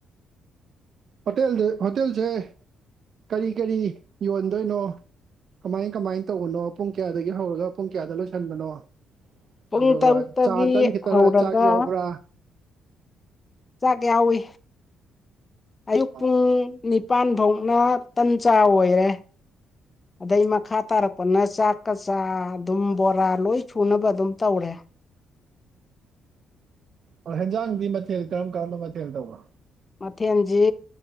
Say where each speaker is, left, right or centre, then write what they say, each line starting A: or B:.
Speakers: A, on the right; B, on the left.
A: ꯍꯣꯇꯦꯜꯗ ꯍꯣꯇꯦꯜꯆꯦ ꯀꯔꯤ ꯀꯔꯤ ꯌꯣꯟꯗꯣꯏꯅꯣ ꯀꯃꯥꯏ ꯀꯃꯥꯏ ꯇꯧꯕꯅꯣ ꯄꯨꯡ ꯀꯌꯥꯗꯒꯤ ꯍꯧꯔꯒ ꯄꯨꯡ ꯀꯌꯥꯗ ꯂꯣꯏꯁꯟꯕꯅꯣ
B: ꯄꯨꯡ
A: ꯑꯗꯨꯒ
B: ꯇꯔꯨꯛꯇꯒꯤ
A: ꯆꯥ ꯇꯟ ꯈꯤꯇꯔ
B: ꯍꯧꯔꯒ
A: ꯆꯥꯛ ꯌꯥꯎꯕ꯭ꯔꯥ
B: ꯆꯥꯛ ꯌꯥꯎꯋꯤ ꯑꯌꯨꯛ
A: ꯑꯣ
B: ꯄꯨꯡ ꯅꯤꯄꯥꯥꯟ ꯐꯧꯅ ꯇꯟ ꯆꯥꯥ ꯑꯣꯏꯔꯦ ꯑꯗꯩ ꯃꯈꯥ ꯇꯥꯔꯛꯄꯅ ꯆꯥꯛꯀ ꯆꯥ ꯑꯗꯨꯝ ꯕꯣꯔꯥ ꯂꯣꯏ ꯁꯨꯅꯕ ꯑꯗꯨꯝ ꯇꯧꯔꯦ
A: ꯑꯣ ꯍꯦꯟꯖꯥꯡꯗꯤ ꯃꯊꯦꯜ ꯀꯔꯝ ꯀꯔꯝꯕ ꯃꯊꯦꯜ ꯇꯧꯕ
B: ꯃꯊꯦꯟꯖꯤ